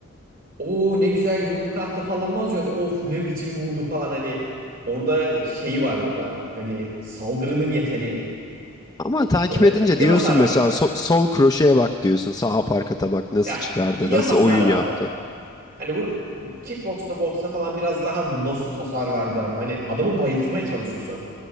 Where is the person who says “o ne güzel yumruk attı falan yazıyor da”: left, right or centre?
Right